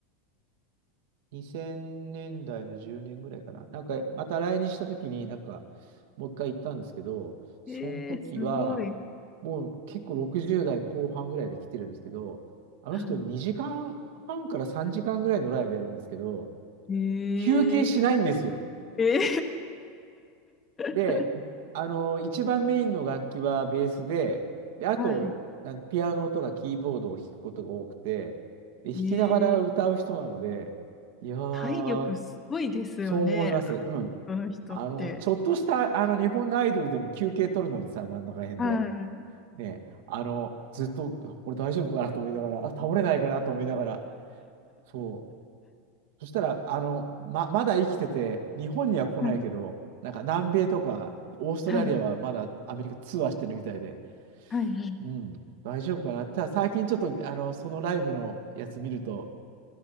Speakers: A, on the right; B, on the left.
A: 2000年代の10年ぐらいかな、なんか、また来日した時に、なんか、もう一回行ったんですけど、その時は、
B: ええすごい。
A: もう結構60代後半ぐらいで来てるんですけど、あの人2時間半から3時間ぐらいのライブやるんですけど、
B: はいええ
A: 休憩しないんですよ。
B: ええ
A: で、
B: <laughs>
A: あの、一番メインの楽器はベースで、で、あと、
B: はい。
A: なんピアノとかキーボードを弾くことが多くて、で、弾きながら歌う人なので、
B: ええ
A: いやー、
B: 体力すごいですよね。
A: そう思います。うん。
B: アーティストの人って。
A: あの、ちょっとした、あの、日本のアイドルでも休憩取るのにさ、真ん中辺で。
B: はい。
A: ね、あの、ずっと、これ大丈夫かなと思いながら、あ、倒れないかなと思いながら、そう。そしたら、あの、ま、まだ生きてて、日本には来ないけど、
B: はい。
A: なんか南米とかオーストラリアはまだアメリカツアーしてるみたいで、
B: はい。はい。はい。
A: うん、大丈夫かな。ただ最近ちょっと、あの、そのライブのやつ見ると、